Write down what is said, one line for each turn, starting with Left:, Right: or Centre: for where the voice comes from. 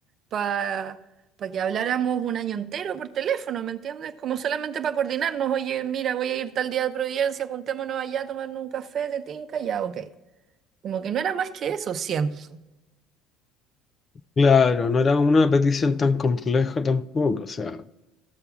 Right: para que habláramos un año entero por teléfono, ¿me entiendes? Como solamente para coordinarnos, oye, mira, voy a ir tal día de Providencia, juntémonos allá a tomarnos un café de tinca, ya, ok. Como que no era más que eso, siento.
Left: Claro, no era una petición tan compleja tampoco, o sea.